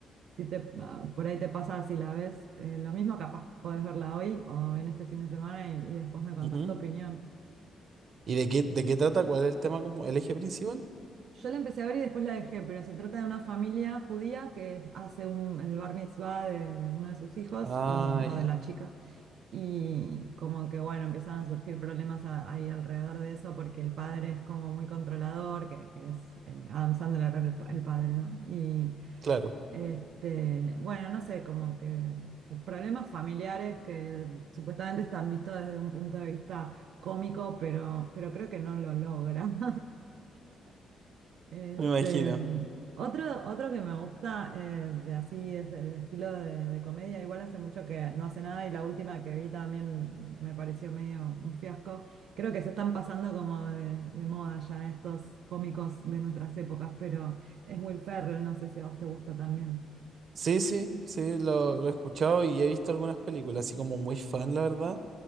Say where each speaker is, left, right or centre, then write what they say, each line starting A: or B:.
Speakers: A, on the right; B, on the right.
A: si te, ah, por ahí te pasa, si la ves, eh, lo mismo capaz podés verla hoy o en este fin de semana y, y después me contás
B: Ujú.
A: tu opinión.
B: ¿Y de qué, de qué trata? ¿Cuál es el tema como el eje principal?
A: Yo la empecé a ver y después la dejé, pero se trata de una familia judía que hace un, el bar mitzvah de, de uno de sus hijos
B: Ah,
A: y, o
B: ya,
A: de la chica. Y como que bueno, empiezan a surgir problemas a- ahí alrededor de eso porque el padre es como muy controlador, que, que es eh, Adam Sandler el, pa- el padre, ¿no? Y
B: claro,
A: este, bueno, no sé, como que f- problemas familiares que supuestamente están vistos desde un punto de vista cómico, pero, pero creo que no lo logra. <laughs> Este,
B: me imagino.
A: otro, otro que me gusta eh, de así es el estilo de, de comedia. Igual hace mucho que no hace nada y la última que vi también me pareció medio un fiasco. Creo que se están pasando como de, de moda ya estos cómicos de nuestras épocas, pero es Will Ferrell, no sé si a vos te gusta también.
B: Sí, sí, sí, lo, lo he escuchado y he visto algunas películas, así como muy fan, la verdad.